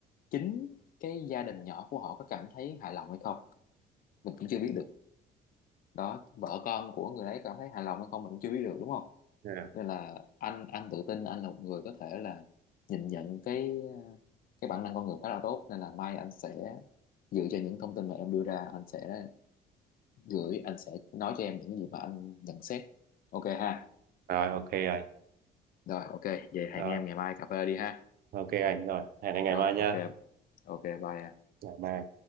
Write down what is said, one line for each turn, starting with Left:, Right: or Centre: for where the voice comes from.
Left: chính cái gia đình nhỏ của họ có cảm thấy hài lòng hay không mình cũng chưa
Right: Ừ.
Left: biết được đó vợ con của người đấy cảm thấy hài lòng hay không mình cũng chưa biết được đúng không
Right: Yeah.
Left: nên là anh anh tự tin anh là một người có thể là nhìn nhận cái cái bản năng con người khá là tốt nên là mai anh sẽ dựa trên những thông tin mà em đưa ra anh sẽ gửi anh sẽ nói cho em những gì mà anh nhận xét ok ha
Right: rồi ok rồi
Left: rồi ok vậy hẹn
Right: Rồi,
Left: em ngày mai cà phê đi ha
Right: ok anh rồi hẹn anh ngày
Left: rồi
Right: mai nha
Left: ok ok bye em
Right: ngày mai